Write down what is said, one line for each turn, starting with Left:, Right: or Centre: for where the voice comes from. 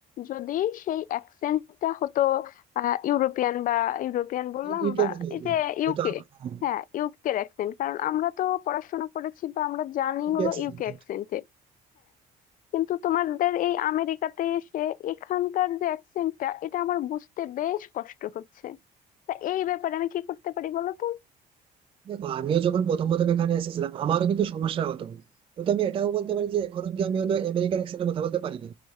Left: যদি সেই অ্যাকসেন্টটা হতো আহ ইউরোপিয়ান বা ইউরোপিয়ান বললাম
Right: ইউকে
Left: বা
Right: এর মতো
Left: এই
Right: যেহেতু
Left: যে ইউকে
Right: আমার- হ্যাঁ,
Left: হ্যাঁ ইউকের অ্যাকসেন্ট কারণ আমরা তো পড়াশোনা করেছি বা আমরা জানি
Right: UK
Left: হলো
Right: accent।
Left: ইউকে অ্যাকসেন্টে কিন্তু তোমাদের এই আমেরিকাতে এসে এখানকার যে অ্যাকসেন্টটা এটা আমার বুঝতে বেশ কষ্ট হচ্ছে তা এই ব্যাপারে আমি কি করতে পারি বলো তো
Right: দেখো আমিও যখন প্রথম প্রথম এখানে এসেছিলাম আমারও কিন্তু সমস্যা হতো কিন্তু আমি এটাও বলতে পারি যে এখন অব্দি আমি হয়তো আমেরিকান অ্যাকসেন্টে কথা বলতে পারিনি